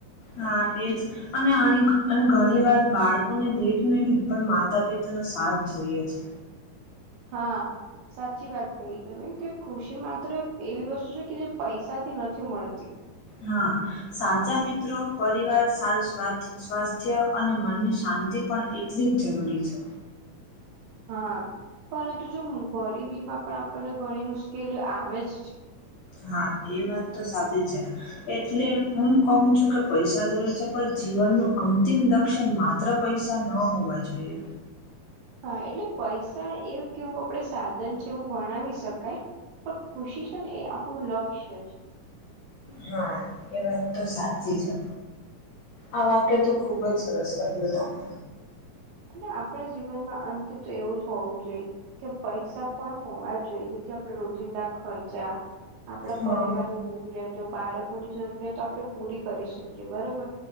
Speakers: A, on the left; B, on the right.
A: હા એજ. અને અનેક ઘણી વાર બાળકોને ભેટ નહી પણ માતા પિતાનોો સાથ જોઈએ છે.
B: હા. સાચી વાત કહી તમે કે ખુશી માત્ર એવી વસ્તુ છે કે જે પૈસાથી નથી મળતી.
A: હા સાચા મિત્રો પરિવાર સાર સ્વા સ્વાસ્થ્ય અને મનની શાંતિ પણ એટલી જ જરૂરી છે.
B: હા પરંતુ જો ગરીબીમાં પણ આપણને ઘણી મુશ્કેલીઓ આવે જ છે.
A: હા એ વાત તો સાચી છે. એટલે હું કહું છું કે પૈસા જરૂર છે પણ જીવનનું અંતિમ લક્ષ્ય માત્ર માત્ર પૈસા ન હોવા જોઈએ.
B: હા એટલે પૈસા એવું કેવું આપડ સાધન છે એવું ગણાવી શકાય. પર ખુશી છે ને એ આપણું લક્ષ્ય છે.
A: હા એ વાત તો સાચી છે. આ વાક્ય તો ખુબ જ સરસ કહ્યું તમે.
B: અને આપણા જીવનમાં અંતે તો એવું જ હોવું જોઈએ કે પૈસા પણ હોવા જોઈએ જેથી આપણેે રોજિંદા ખર્ચા આપણા
A: હા
B: પરિવારની જરૂરિયાતો, બાળકોની જરૂરિયાતો આપણે પૂરી કરી શકીએ બરોબર.